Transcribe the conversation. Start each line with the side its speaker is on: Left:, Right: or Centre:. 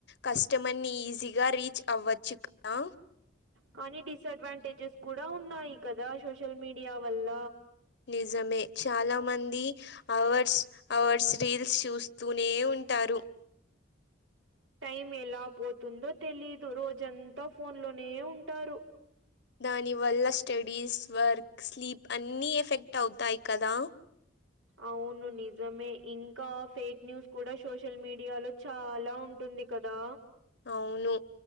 Left: కస్టమర్ ని ఈజీగా రీచ్ అవ్వచ్చు కదా
Right: కానీ డిసడ్వాంటేజెస్ కూడా ఉన్నాయి కదా సోషల్ మీడియా వల్ల
Left: నిజమే చాలా మంది అవర్స్ అవర్స్ రీల్స్ చూస్తూనే ఉంటారు
Right: టైం ఎలా పోతుందో తెలిదు రోజంతా ఫోన్ లోనే ఉంటారు
Left: దాని వల్ల స్టడీస్ వర్క్ స్లీప్ అన్ని ఎఫెక్ట్ అవుతాయి కదా
Right: అవును నిజమే ఇంకా ఫేక్ న్యూస్ కూడా సోషల్ మీడియాలో చాలా ఉంటుంది కదా
Left: అవును